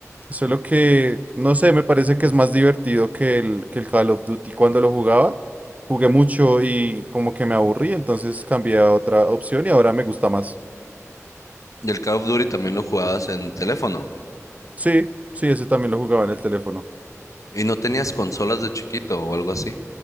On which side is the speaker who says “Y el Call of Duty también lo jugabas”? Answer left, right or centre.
Left